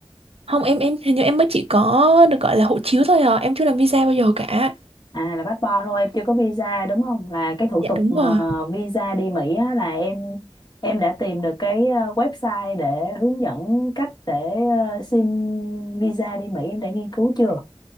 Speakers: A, on the right; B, on the left.
A: không em em hình như em mới chỉ có được gọi là hộ chiếu thôi à, em chưa làm visa bao giờ cả.
B: À là passport thôi em chưa có visa đúng không? Là cái thủ
A: Dạ
B: tục
A: đúng
B: mà
A: rồi.
B: visa đi Mỹ á, là em em đã tìm được cái ờ, website để hướng dẫn cách để ờ, xin visa đi Mỹ em đã nghiên cứu chưa?